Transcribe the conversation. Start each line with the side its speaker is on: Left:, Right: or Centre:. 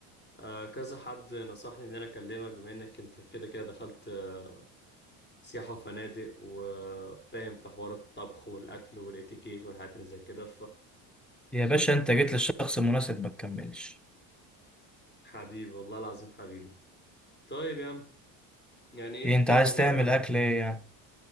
Left: آه كذا حد نصحني ان انا اكلمك بما انك انت كده كده دخلت آه، سياحه وفنادق وفاهم في حوار الطبخ والاكل والاتيكيت والحاجات اللي زي كده
Centre: يا باشا انت جيت للشخص المناسب ما تكملش
Left: فحبيبي والله العظيم حبيبي طيب يا عم يعني ايه
Centre: ايه انت
Left: <laughs> كذا
Centre: عايز
Left: مرة
Centre: تعمل اكل ايه يعني